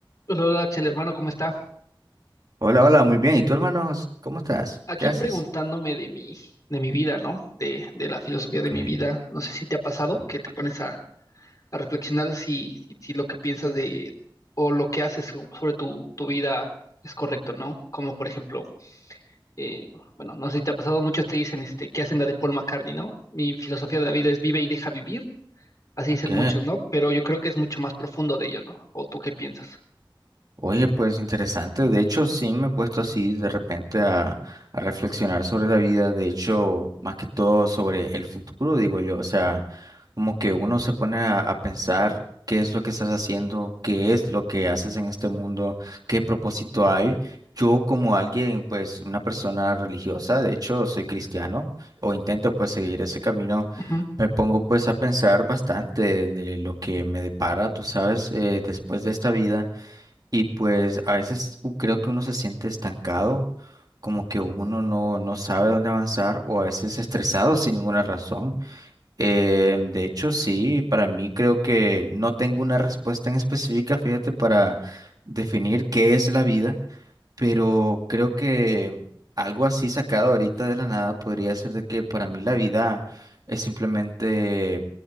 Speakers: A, on the left; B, on the right.
A: Hola, hola, Axel, hermano, ¿cómo está?
B: Hola, hola, muy bien. ¿Y tú, hermanos? ¿Cómo estás?
A: Aquí
B: ¿Qué haces?
A: preguntándome de mi, de mi vida, ¿no? De, de la filosofía de
B: Ok,
A: mi vida. No sé si te ha pasado
B: o-
A: que te pones a, a reflexionar si, si, si lo que piensas de, o lo que haces so- sobre tu, tu vida es correcto, ¿no? Como por ejemplo, eh, bueno, no sé si te ha pasado, muchos te dicen este, que hacen la de Paul McCartney, ¿no? Mi filosofía de la vida es vive y deja vivir, así
B: ok.
A: dicen muchos, ¿no? Pero yo creo que es mucho más profundo de ello, ¿no? ¿O tú qué piensas?
B: Oye, pues interesante. De hecho, sí me he puesto así de repente a, a reflexionar sobre la vida. De hecho, más que todo sobre el futuro, digo yo. O sea, como que uno se pone a, a pensar qué es lo que estás haciendo, qué es lo que haces en este mundo, qué propósito hay. Yo como alguien, pues una persona religiosa, de hecho, soy cristiano o intento pues seguir ese camino.
A: Ujú.
B: Me pongo pues a pensar bastante de lo que me depara, tú sabes, eh, después de esta vida. Y pues a veces u- creo que uno se siente estancado, como que uno no, no sabe dónde avanzar o a veces estresado sin ninguna razón. Eh, de hecho, sí, para mí creo que no tengo una respuesta en específica, fíjate, para definir qué es la vida pero creo que algo así sacado ahorita de la nada podría ser de que para mí la vida es simplemente